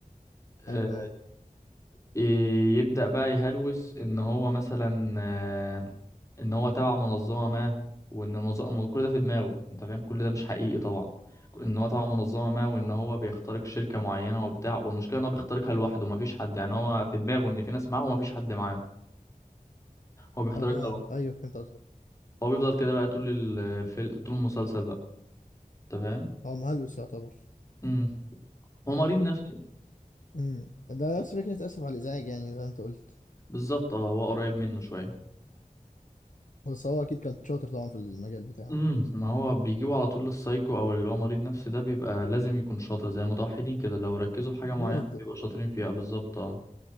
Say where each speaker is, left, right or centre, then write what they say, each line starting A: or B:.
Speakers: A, on the left; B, on the left.
A: آه،
B: ايوه ايوه
A: ي- يبدأ بقى يهلوس ان هو مثلا آه، ان هو تبع منظمة ما وان المنظمة كل ده في دماغه انت فاهم كل ده مش حقيقي طبعا ان هو تبع منظمة ما وان هو بيخترق شركة معينة وبتاع والمشكلة ان هو بيخترقها لوحده مفيش حد يعني هو في دماغه ان في ناس معاه ومفيش حد معاه هو بيخترقها
B: اه
A: لوحده
B: ايوه فهمت قصدك
A: هو بيفضل كده بقى طول الفيلم طول المسلسل بقى انت فاهم
B: هو مهلوس يعتبر
A: امم هو مريض نفسي
B: امم ده نفس فكره اسف على الازعاج يعني زي ما انت قلت
A: بالظبط اه هو قريب منه شوية
B: بس هو اكيد كان شاطر طبعا في المجال بتاعه
A: امم ما هو بيجيبوا على طول للسايكو او اللي هو مريض نفسي ده بيبقى لازم يكون شاطر زي المتوحدين كده لو ركزوا في حاجه معينه
B: نرد
A: بيبقوا شاطرين فيها بالظبط اه